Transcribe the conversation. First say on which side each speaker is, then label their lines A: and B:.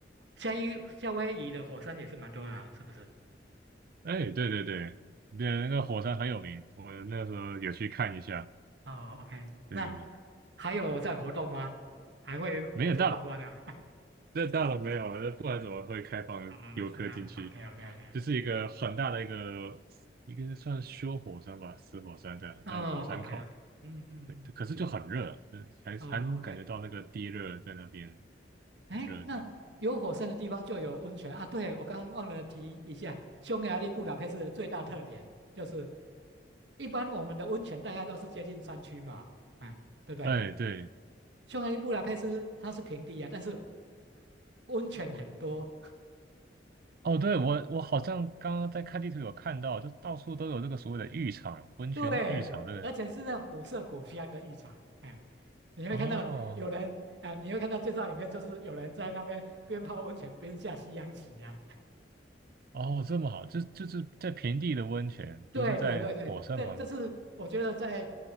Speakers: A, on the right; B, on the right.
A: 夏威夏威夷的火山也是蛮多的啊是不是？
B: 哎，对对对，对，那个火山很有名，我那时候有去看一下。
A: 哦，OK，嗯那
B: 对对对，
A: 还有在活动吗？还会火山爆发的？
B: 没想到
A: <laughs>
B: 那大楼没有，那不然怎么会开放游客进去？
A: 啊、是啊，OK，OK，OK，
B: 就是一个很大的一个，一个算修火山吧，死火山这样很大的火山口。
A: 嗯哦，OK，OK，嗯嗯嗯嗯，
B: 对，可是就很热，对，还还能感觉到那个地热在那边
A: 哦，OK，哎，
B: 很热这样。
A: 那有火山的地方就有温泉啊。对，我刚刚忘了提一下，匈牙利布达佩斯的最大特点就是，一般我们的温泉大概都是接近山区嘛，啊，对不对？
B: 哎，对，
A: 匈牙利布达佩斯它是平地啊，但是温泉很多。
B: 哦，对，我我好像刚刚在看地图有看到，就到处都有这个所谓的浴场、温泉浴场，
A: 对，
B: 对不对？
A: 而且是那种古色古香的浴场，哎，你会看到有人啊，
B: 哦
A: 你会看到介绍影片，就是有人在那边边泡温泉边下西洋棋呀、啊。
B: 哦这么好，就就是在平地的温泉，
A: <laughs> 对对对对，
B: 不是在火山旁边。
A: 这这是我觉得在